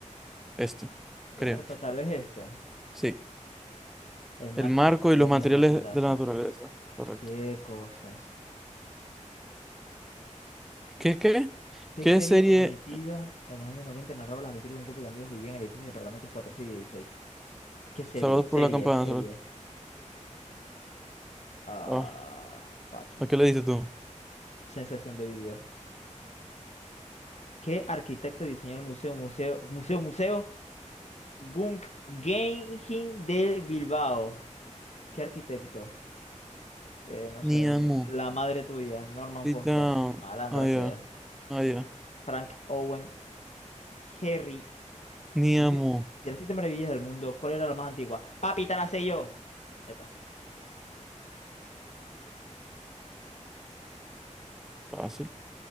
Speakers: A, in the centre; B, on the left.
A: Esto,
B: Berta,
A: creo.
B: tal vez este.
A: Sí.
B: El marco
A: El marco
B: y los materiales
A: y los materiales
B: de la naturaleza.
A: de la naturaleza. Correcto.
B: Qué cosas.
A: ¿Qué, qué?
B: ¿Qué
A: ¿Qué
B: serie
A: serie?
B: emitida en los años 90 narraba las aventuras de un grupo de amigos que vivían en edificios de departamentos 4, 6 y 16? ¿Qué serie?
A: Salvados
B: Serie,
A: por la campana.
B: serie.
A: Salvados-
B: Ah,
A: Ah,
B: fuck you.
A: ¿a qué le dices tú?
B: Sensación de vivir. ¿Qué arquitecto diseñó el museo, museo, museo, museo? Guggenheim de Bilbao. ¿Qué arquitecto? Eh, no
A: Ni
B: sé,
A: amo.
B: l- la madre tuya, Norman
A: Sit
B: Foster.
A: down.
B: Malandra
A: Ah, ya.
B: sea.
A: Ah, ya.
B: Frank Owen. Harry
A: Ni
B: De
A: amo.
B: las, si- de las siete maravillas del mundo, ¿cuál era la más antigua? Papi, te la sé yo. Ya está.
A: Fácil.